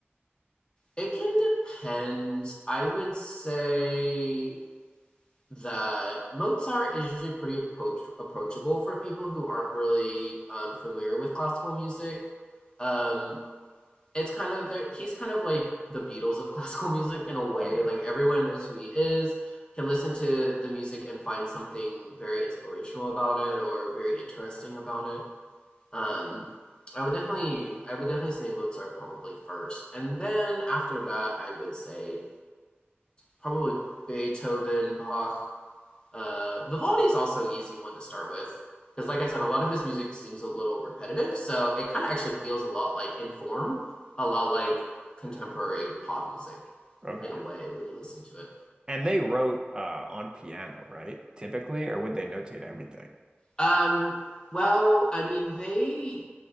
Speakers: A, on the left (about 20°); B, on the right (about 20°).
A: It can depend. I would say that Mozart is usually pretty approach approachable for people who aren't really um, familiar with classical music. Um, it's kind of there. He's kind of like the Beatles of <laughs> classical music in a way.
B: Okay.
A: Like everyone knows who he is, can listen to the music and find something very inspirational about it or very interesting about it. Um, I would definitely, I would definitely say Mozart probably first, and then after that, I would say probably Beethoven, Bach. Uh, Vivaldi is also an easy one to start with because, like I said, a lot of his music seems a little repetitive. So it kind of actually feels a lot like in form, a lot like contemporary pop music
B: Okay.
A: in a way when you listen to it.
B: And they wrote uh on piano, right? Typically, or would they notate everything?
A: Um, well, I mean, they